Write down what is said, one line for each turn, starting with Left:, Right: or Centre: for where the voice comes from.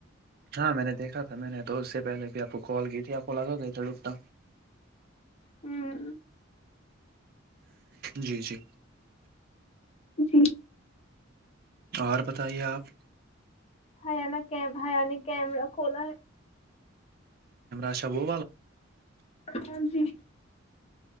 Right: ہاں میں نے دیکھا تھا میں نے تو اس سے پہلے بھی آپ کو کال کی تھی آپ کو لگا گیا تھا ڈکتا
Left: ہوں
Right: جی جی
Left: جی
Right: اور بتائیے آپ
Left: ہان کی ہیاانی کیمرہ کھلا
Right: اچھا وہ
Left: ہاں جی